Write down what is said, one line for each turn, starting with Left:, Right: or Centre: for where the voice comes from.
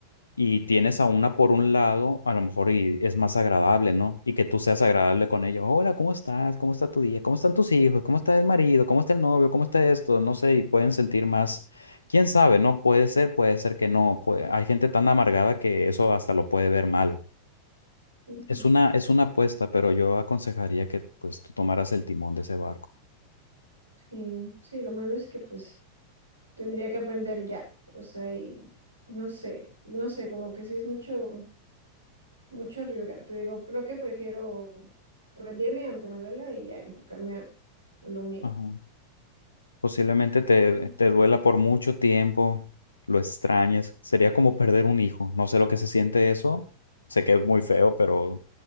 Left: y tienes a una por un lado, a lo mejor y es más agradable, ¿no? Y que tú seas agradable con ellos. Hola, ¿cómo estás? ¿Cómo está tu día? ¿Cómo están tus hijos? ¿Cómo está el marido? ¿Cómo está el novio? ¿Cómo está esto? No sé, y pueden sentir más. ¿Quién sabe? No puede ser, puede ser que no. Puede... Hay gente tan amargada que eso hasta lo puede ver mal.
Right: ujú.
Left: Es una, es una apuesta, pero yo aconsejaría que pues tú tomaras el timón de ese barco.
Right: Sí, sí, lo malo es que pues tendría que aprender ya, o sea, y no sé, no sé, como que sí es mucho. mucho arriesgar. Te digo, creo que prefiero rendirme aunque me duela y ya enfocarme a lo mío.
Left: Ajá. Posiblemente te,
Right: Mm.
Left: te duela por mucho tiempo, lo extrañes. Sería como perder un hijo. No sé lo que se siente eso. Sé que es muy feo, pero